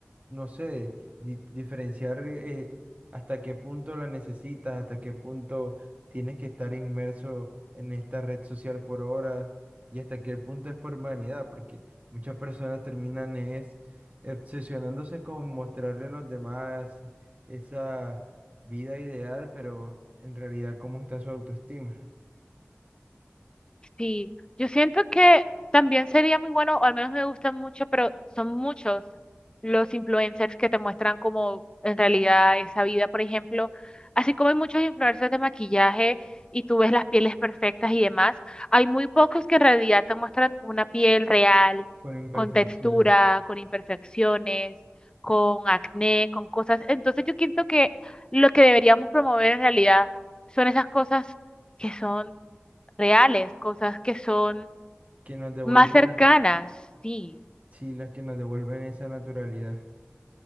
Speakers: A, on the right; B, on the left.
A: no sé, di- diferenciar eh, hasta qué punto la necesitas, hasta qué punto tienes que estar inmerso en esta red social por horas y hasta qué punto es por vanidad, porque muchas personas terminan es obsesionándose con mostrarle a los demás esa vida ideal, pero en realidad cómo está su autoestima,
B: Sí, yo siento que también sería muy bueno, o al menos me gustan mucho, pero son muchos los influencers que te muestran como en realidad esa vida, por ejemplo, así como hay muchos influencers de maquillaje y tú ves las pieles perfectas y demás, hay muy pocos que en realidad te muestran una piel real,
A: con imperfecciones
B: con textura, con imperfecciones, con acné, con cosas. Entonces yo siento que lo que deberíamos promover en realidad son esas cosas que son reales, cosas que son
A: que nos devuelven,
B: más cercanas,
A: la-
B: sí.
A: sí, las que nos devuelven esa naturalidad.